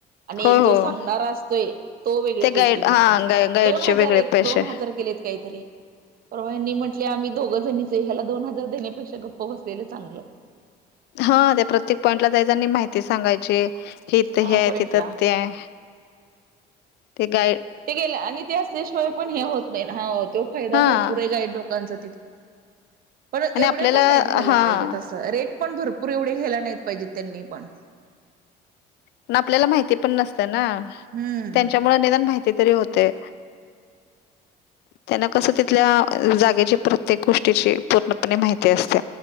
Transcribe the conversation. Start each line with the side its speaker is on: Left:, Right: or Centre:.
Right: आणि
Left: होय,
Right: एक
Left: हो.
Right: जो सांगणारा असतोय तो वेगळे
Left: ते गाईड
Right: पैसे घेतो
Left: हां, गाई गाईडचे
Right: दोन हजार
Left: वेगळे
Right: आहेत
Left: पैसे.
Right: दोन हजार केलेत काहीतरी परवा यांनीनी म्हटले आम्ही दोघं जणीचे ह्याला दोन हजार देण्यापेक्षा गप्प बसलेलं चांगलं.
Left: हा त्या प्रत्येक पॉईंटला जायचनी माहिती सांगायची हे इथं
Right: हा
Left: हे आहे
Right: पॉईंटला
Left: तिथं ते आहे. ते गा
Right: ते गेले आणि ते असल्याशिवाय पण हे होत नाही हा तो फायदा
Left: हां
Right: भरपूर आहे गाईड लोकांचा पण एव
Left: आणि आपल्याला
Right: पण नाही्या
Left: हां.
Right: पाजे पण भरपूर एवढे घ्यायला नाहीत पाहिजेत त्यांनी पण.
Left: प आपल्याला माहिती पण नसते ना
Right: हम्म
Left: त्यांच्यामुळे अदान माहिती तरी होत. ते. त्यांना कसं तिथल्या जागेची प्रत्येक गोष्टीची पूर्णपणे माहिती असत.